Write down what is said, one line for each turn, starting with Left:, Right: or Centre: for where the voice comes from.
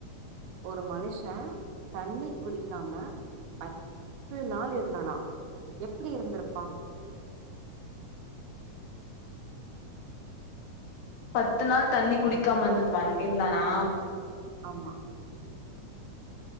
Right: ஒரு மனுஷன் தண்ணி குடிக்காம பத்து நாள் இருந்தானா எப்டி இருந்திருப்பான்
Left: பத்து நாள் தண்ணி குடிக்காம இருந்துப்பா இருந்தானா
Right: ஆமா